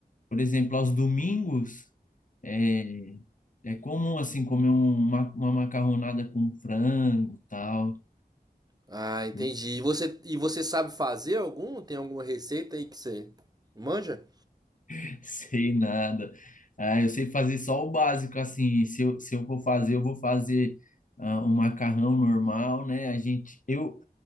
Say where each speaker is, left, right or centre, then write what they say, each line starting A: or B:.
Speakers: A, on the left; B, on the right.
A: por exemplo, aos domingos, é, é comum, assim, comer um ma- uma macarronada com frango, tal.
B: Ah, entendi.
A: Eu
B: E você, e você sabe fazer algum? Tem alguma receita aí que você manja?
A: <laughs> sei nada. Ah, eu sei fazer só o básico, assim. Se eu, se eu for fazer, eu vou fazer ah, um macarrão normal, né? A gente, eu,